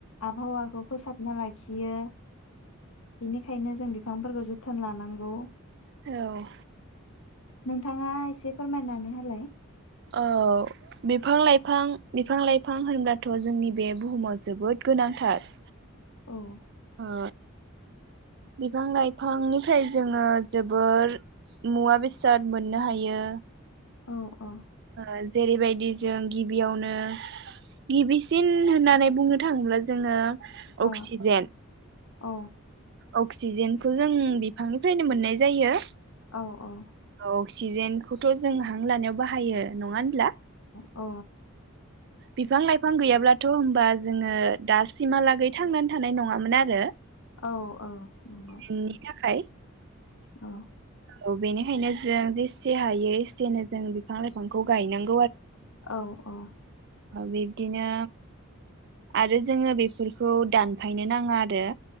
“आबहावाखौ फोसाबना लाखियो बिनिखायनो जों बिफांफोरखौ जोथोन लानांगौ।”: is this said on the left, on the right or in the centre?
Left